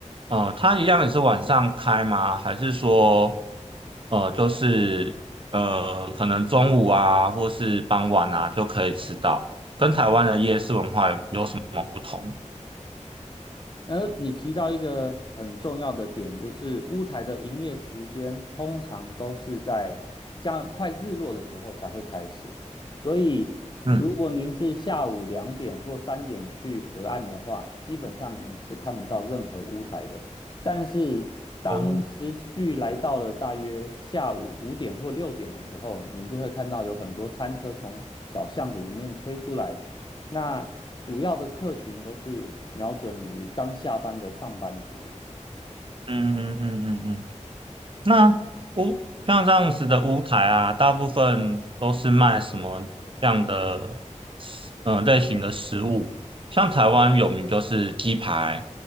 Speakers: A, on the right (about 45°); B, on the left (about 35°).
A: 呃，它一样也是晚上开吗？还是说呃就是呃，可能中午啊，或是傍晚啊，就可以吃到。跟台湾的夜市文化有什么不同？
B: 而你提到一个很重要的点，就是乌台的营业时间通常都是在将快日落的时候才会开始，所以如果您是下午两点或三点去河岸的话，
A: 嗯，
B: 基本上你是看不到任何乌台的。但是当时序来到了大约下午五点或六点的时候，
A: 哦，
B: 你就会看到有很多餐车从小巷子里面推出来，那主要的客群都是瞄准于刚下班的上班族。
A: 嗯嗯嗯嗯嗯。那屋像这样子的屋台啊，大部分都是卖什么样的食呃类型的食物？像台湾有名就是鸡排，